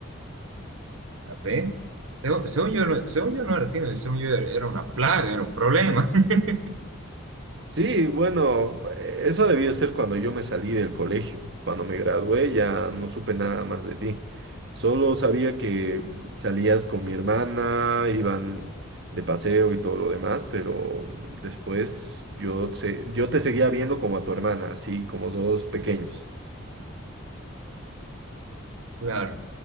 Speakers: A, on the right; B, on the right.
A: ¿Sí? Según, según yo, no- según yo no era tímido, según yo era era una plaga, era un problema. <laughs>
B: Sí, bueno, eh, eso ha debido ser cuando yo me salí del colegio. Cuando me gradué ya no supe nada más de ti. Solo sabía que salías con mi hermana, iban de paseo y todo lo demás, pero después yo, se- yo te seguía viendo como a tu hermana, así como dos pequeños.
A: Claro,